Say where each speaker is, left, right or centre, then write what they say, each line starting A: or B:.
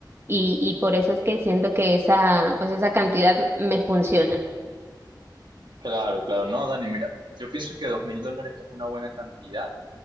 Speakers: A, on the right (about 30°); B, on the right (about 75°).
A: y y por eso es que siento que esa pues esa cantidad me funciona.
B: claro, claro. No, Dani, mira, yo pienso que dos mil dólares es una buena cantidad.